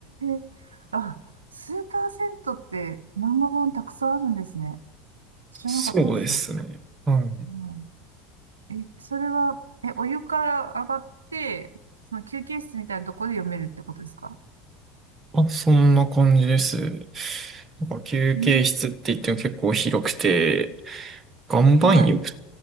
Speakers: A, on the right; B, on the right.
A: <laughs> あ、スーパー銭湯って漫画本たくさんあるんですね。知らなかったですよ。
B: そうですね。はい
A: うん。え、それは、え、お湯から上がって、その休憩室みたいなとこで読めるってことですか
B: あ、そんな感じです。なんか休憩室って言っても結構広くて、
A: うん。
B: 岩盤浴、
A: はい。